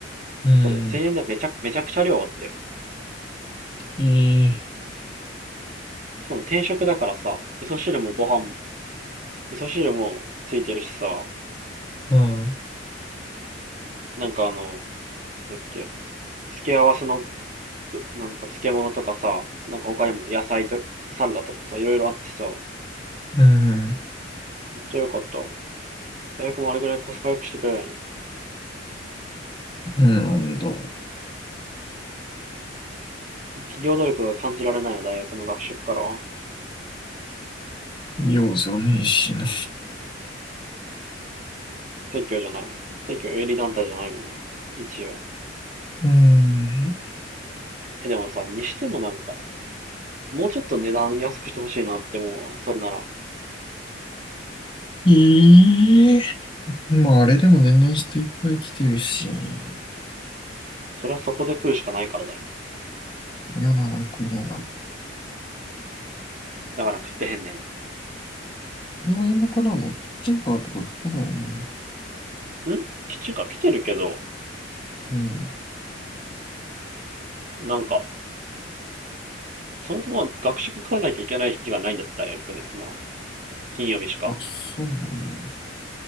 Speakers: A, on the left (about 25°); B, on the right (about 45°).
A: うん、
B: それ1000円でめちゃ、めちゃくちゃ量あったよ。
A: いい、
B: しかも定食だからさ、味噌汁もご飯も、味噌汁もついてるしさ、
A: うん。
B: なんかあの、なんだっけ、付け合わせのく、なんか漬物とかさ、なんか他にも野菜と、サラダとかさ、いろいろあってさ、
A: うん。
B: めっちゃ良かった。大学もあれぐらいコスパ良くしてくれんよ。
A: なんだ。
B: 企業努力が感じられないよ、大学の学食からは。
A: ようじゃねえしな。
B: 正教じゃないの。正教営利団体じゃないもんな。一応。
A: うん。
B: え、でもさ、にしてもなんか、もうちょっと値段安くしてほしいなって思うわ。それなら。
A: ええまあ、あれでも年々人いっぱい来てるし。
B: それはそこで食うしかないからだろ。
A: 嫌だな、これな。
B: だから食ってへんねん。
A: 今夜中だの、キッチンカーとか来ないな。
B: ん基中学来てるけど、
A: うん。
B: なんか、そもそも学食食わなきゃいけない日がないんだった、大学で。今、金曜日しか。
A: あ、そうなんだ。